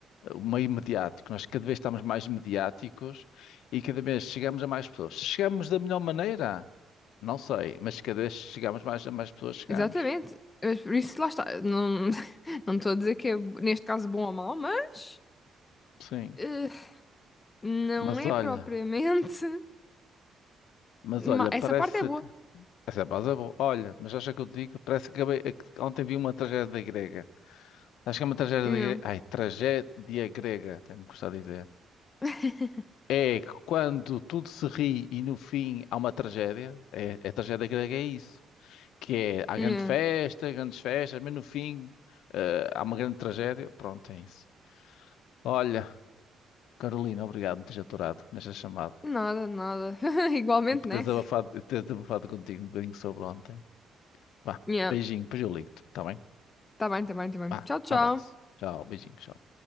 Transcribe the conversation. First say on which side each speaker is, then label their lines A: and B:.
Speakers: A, on the left; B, on the left.
A: o meio mediático. Nós cada vez estamos mais mediáticos e cada vez chegamos a mais pessoas. Se chegamos da melhor maneira, não sei, mas cada vez chegamos mais a mais pessoas, chegamos.
B: Exatamente. Mas por isso, lá está. Não, <laughs> não estou a dizer que é, neste caso, bom ou mau, mas
A: Sim.
B: eh, não
A: Mas
B: é
A: olha,
B: propriamente.
A: mas
B: ma-
A: olha, parece
B: Essa parte é boa.
A: que. Essa é pausa boa. Olha, mas acha que eu te digo? Parece que acabei- é que ontem vi uma tragédia grega. Acho que é uma tragédia
B: Nhã.
A: grega. Ai, tragédia grega, até me custa dizer.
B: <laughs>
A: É que quando tudo se ri e no fim há uma tragédia, é, é tragédia grega, é isso. que é, há
B: Nhã.
A: grande festa, grandes festas, mas no fim, eh, há uma grande tragédia. Pronto, é isso. Olha, Carolina, obrigado por me teres aturado nesta chamada
B: Nada, nada. <laughs> Igualmente,
A: <laughs> e por
B: né?
A: teres abafado, teres abafado contigo um bocadinho sobre ontem. Vá,
B: Nhã.
A: beijinho, depois eu ligo-te, está bem?
B: Tá bem, tá bem, tá bem.
A: Vá,
B: Tchau, tchau.
A: um abraço. Tchau, beijinho, tchau.